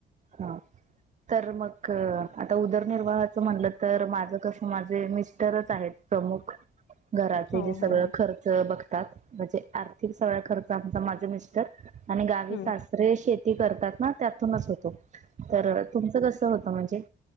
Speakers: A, on the right; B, on the left.
A: हा! तर मग आता उदरनिर्वाहाचं म्हणलं तर माझं कसं माझे मिस्टरच आहेत. प्रमुख. घराचे
B: हो,
A: जे सगळं
B: हो, हो.
A: खर्च बघतात म्हणजे आर्थिक सगळा खर्च आमचा माझं मिस्टर, आणि गावी
B: हं.
A: सासरे शेती करतात ना त्यातूनच होतो. तर तुमचं कसं होतं म्हणजे,